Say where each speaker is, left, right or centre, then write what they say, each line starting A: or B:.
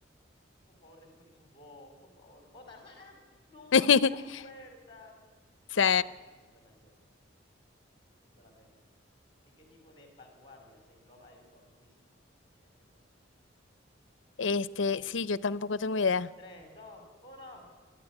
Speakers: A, on the left (about 25°); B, on the left (about 75°).
A: Por favor, decime que sos vos, por favor. ¡Vos, Tarzán árabe! ¡No!
B: <laughs>
A: no. No, ¡De las puertas!
B: Sí,
A: Es buenísima esa canción. Yo la tengo. ¿En qué tipo de vanguardia se engloba el orfismo? Eh, Esto, no sé.
B: este, sí, yo tampoco tengo idea.
A: Tres, dos, uno.